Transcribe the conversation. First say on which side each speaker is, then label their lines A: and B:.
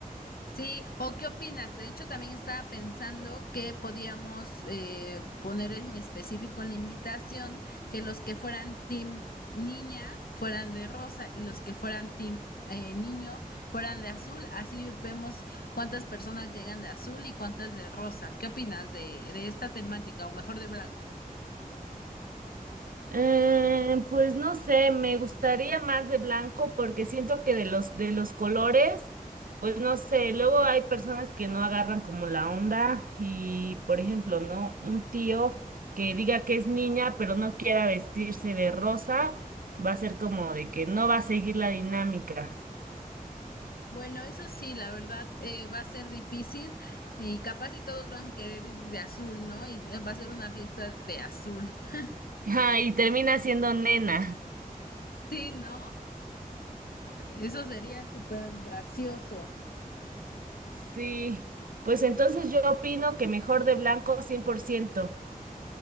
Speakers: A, on the left; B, on the right.
A: Sí, ¿o qué opinas? De hecho, también estaba pensando que podíamos eh, poner en específico en la invitación que los que fueran team niña fueran de rosa y los que fueran team eh, niño fueran de azul. Así vemos cuántas personas llegan de azul y cuántas de rosa. ¿Qué opinas de, de esta temática o mejor de blanco?
B: Eh, pues no sé, me gustaría más de blanco porque siento que de los de los colores, pues no sé, luego hay personas que no agarran como la onda y por ejemplo, ¿no? Un tío que diga que es niña pero no quiera vestirse de rosa, va a ser como de que no va a seguir la dinámica. <laughs>
A: Bueno, eso sí, la verdad eh, va a ser difícil y capaz si todos van a querer ir de azul, ¿no? Y va a ser una fiesta de azul. <laughs>
B: Ah, y termina siendo nena.
A: Sí, ¿no? Eso sería súper gracioso.
B: Sí, pues entonces yo opino que mejor de blanco cien por ciento